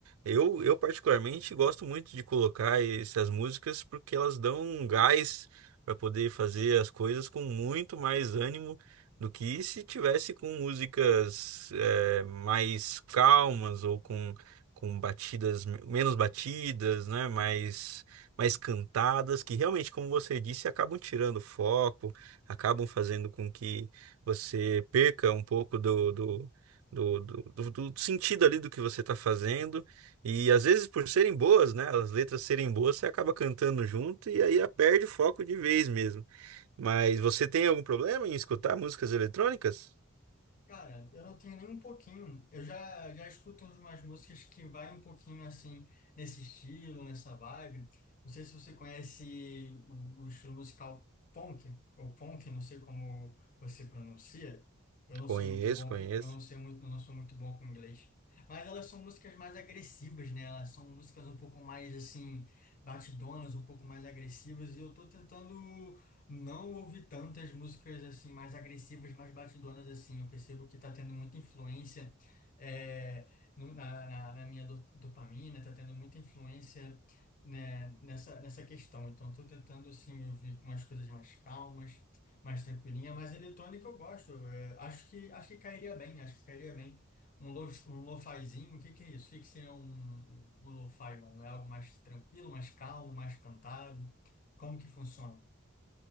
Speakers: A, on the right; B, on the left.
A: Eu, eu particularmente gosto muito de colocar essas músicas porque elas dão um gás para poder fazer as coisas com muito mais ânimo do que se tivesse com músicas eh, mais calmas ou com com batidas menos batidas, né, mais mais cantadas, que realmente, como você disse, acabam tirando o foco, acabam fazendo com que você perca um pouco do do Do, do, do- do sentido ali do que você está fazendo e às vezes por serem boas, né, as letras serem boas, você acaba cantando junto e aí perde o foco de vez mesmo. Mas você tem algum problema em escutar músicas eletrônicas?
B: Cara, eu não tenho nem um pouquinho. Eu já, já escuto umas músicas que vai um pouquinho assim, nesse estilo, nessa vibe. Não sei se você conhece o, o estilo musical punk, ou punk, não sei como você pronuncia. Eu não
A: Conheço,
B: sou muito bom
A: conheço.
B: com, eu não sei muito, eu não sou muito bom com inglês. Mas elas são músicas mais agressivas, né? Elas são músicas um pouco mais assim, batidonas, um pouco mais agressivas. E eu tô tentando. Não ouvi tantas músicas assim mais agressivas, mais batidonas assim. Eu percebo que tá tendo muita influência é, no- na, na- na minha do- dopamina, tá tendo muita influência né, nessa, nessa questão. Então estou tentando assim ouvir umas coisas mais calmas, mais tranquilinha, mas eletrônica eu gosto. É, acho que acho que cairia bem, acho que cairia bem. Um lo, um lofazinho, o que que é isso? O que que seria um, um, um lo-fi, mano? É algo mais tranquilo, mais calmo, mais cantado? Como que funciona?